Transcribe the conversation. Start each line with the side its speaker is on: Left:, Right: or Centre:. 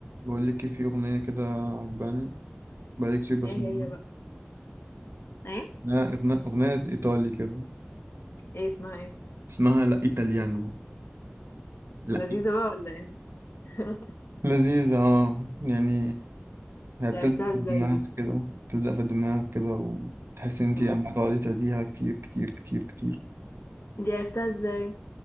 Right: بقول لك إيه، في اغنيه كده عجباني بقالي كتير بسمعها
Left: ايه هي بقى ايه
Right: إنها اغنيه اغنيه ايطالي كده
Left: ايه اسمها ايه
Right: اسمها لا ايطاليانو لا
Left: لذيذة
Right: إي-
Left: بقى ولا ايه <laughs>
Right: لذيذه اه يعني آه، هي
Left: دي
Right: بتلزق
Left: عرفتها
Right: في
Left: ازاي
Right: الدماغ
Left: دي
Right: كده بتلزق في الدماغ كده وتحس ان انت
Left: آه.
Right: عم تقعدي تهديها كتير كتير كتير كتير
Left: دي عرفتها ازاي